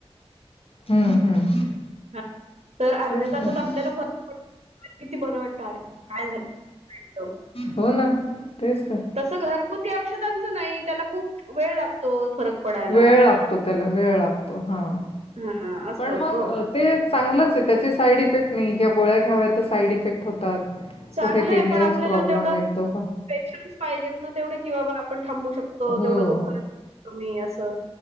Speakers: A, on the left; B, on the right.
A: हम्म हम्म
B: ह तर अर्ध्या
A: तेच
B: तासात
A: तर
B: आपल्याला फरक पड किती बरं वाटत अरे! झालं
A: हो ना तेच तर
B: तसं घरगुती औषधांचं नाही, त्याला खूप वेळ लागतो फरक पडायला.
A: वेळ लागतो त्याला, वेळ लागतो, हं
B: हा असं
A: पण
B: होत
A: मग
B: ओ
A: ते चांगलंच ये, त्याचे साईड इफेक्ट नाही, ह्या गोळ्या घ्याव्या तर साईड इफेक्ट होतात.
B: चांगलंय
A: कुठे किडनीलाच
B: पण आपल्याला
A: प्रॉब्लेम
B: तेवढं
A: येतो.
B: पेशन्स पाहिजेत ना तेवढे किंवा आपण थांबू शकतो,
A: हो.
B: तेवढं दुःख कमी असं